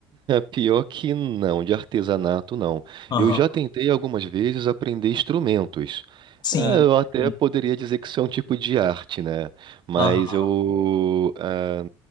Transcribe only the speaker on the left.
Aham.
Sim.
sim,
Aham.